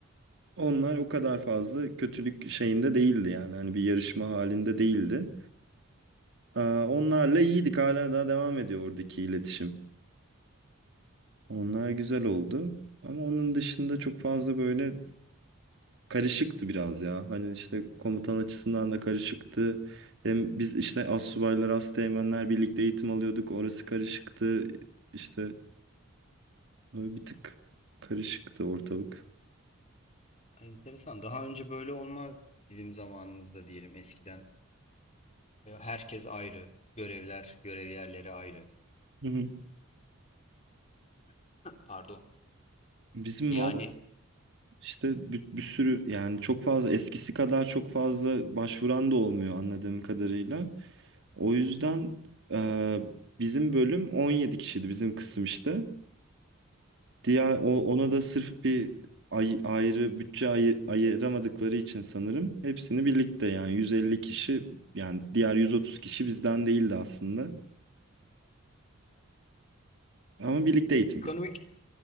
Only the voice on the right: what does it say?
Onlar o kadar fazla kötülük şeyinde değildi yani. Hani bir yarışma halinde değildi. Aa, onlarla iyiydik hala daha devam ediyor oradaki iletişim. Onlar güzel oldu. Ama onun dışında çok fazla böyle karışıktı biraz ya. Hani işte komutan açısından da karışıktı. Hem biz işte astsubaylar, asteğmenler birlikte eğitim alıyorduk. Orası karışıktı. İşte böyle bir tık karışıktı ortalık.
Hı hı.
Bizim
valla işte bir, bir sürü yani çok fazla eskisi kadar çok fazla başvuran da olmuyor anladığım kadarıyla. O yüzden e, bizim bölüm 17 kişiydi bizim kısım işte. Diğer o- ona da sırf bir ay- ayrı bütçe ayı- ayıramadıkları için sanırım hepsini birlikte yani 150 kişi yani diğer 130 kişi bizden değildi aslında. Ama birlikte eğitim
görüyor.